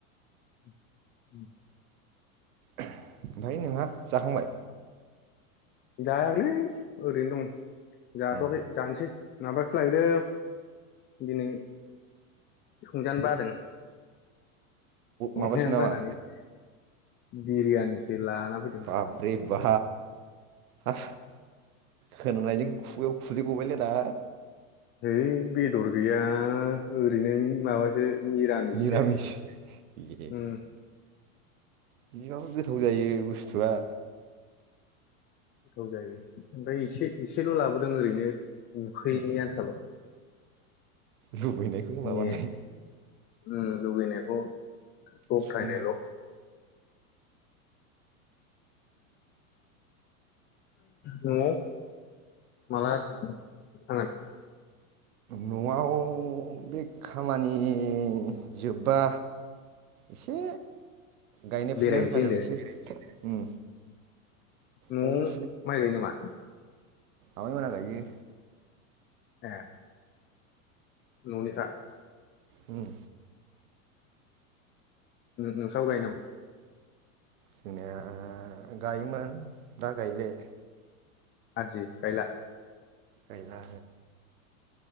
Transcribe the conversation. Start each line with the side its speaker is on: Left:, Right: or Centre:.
Left: <unintelligible>
Right: ओमफाय नोंहा जाखांबाय।
Left: जायाखैलै ओरैनो दं। जाथ'आखै
Right: ए
Left: जानसै। माबासो लायदो दिनै संजानो बादों। <unintelligible>
Right: माबासो नामा
Left: बिरियानिसो। लाना फैदों।
Right: बाब्रे बा आस खोनानायजों खुगायाव खुदै गबायलै आंना।
Left: है बेदर गैया ओरैनो माबा सो निरामिससो
Right: निरामिस ए
Left: उम।
Right: बिदिबाबो गोथाव जायो बुस्थुआ।
Left: गोथाव जायो ओमफाय एसे एसेल' लाबोदों ओरैनो। उखैयैनि
Right: ए
Left: आन्थाल'।
Right: लुबैनायखौ माबानाय
Left: नि ओ लुबैनायखौ दबथायनायल'।
Right: सुफुंनाय
Left: न'आव माला थांगोन?
Right: न'आव बे खामानि नि जोब्बा एसे गायनाय
Left: बेरायनोसै
Right: फुनायाव हेफाजाब
Left: होनदो
Right: हैसै। उम।
Left: न'आव
Right: गायनाय
Left: माइ गायो नामा?
Right: आमाय मोना गायो।
Left: ए न'निखा?
Right: उम।
Left: नो-नोंस्राबो गायो नामा?
Right: थोङा गायोमोन दा गायले।
Left: आदि गायला?
Right: गायला